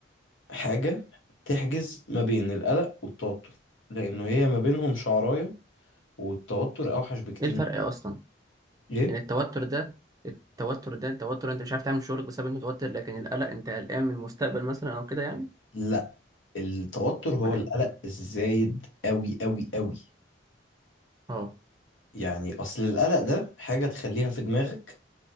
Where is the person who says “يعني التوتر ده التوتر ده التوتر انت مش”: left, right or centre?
Right